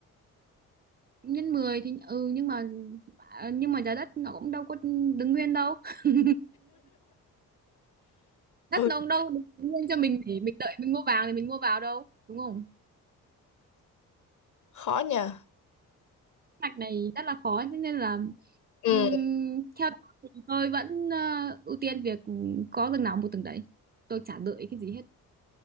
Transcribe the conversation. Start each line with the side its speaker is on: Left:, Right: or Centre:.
Right: nhân 10 thì ừ nhưng mà à, nhưng mà giá đất nó cũng đâu có đứng nguyên đâu <laughs> đất
Left: ừ
Right: nó cũng đâu đứng nguyên cho mình để mình đợi mình mua vàng thì mình mua vào đâu đúng không
Left: khó nhờ
Right: mạch này rất là khó thế nên là
Left: ừ,
Right: ừm, theo tôi thì tôi vẫn ờ, ưu tiên việc có từng nào mua từng đấy tôi chả đợi cái gì hết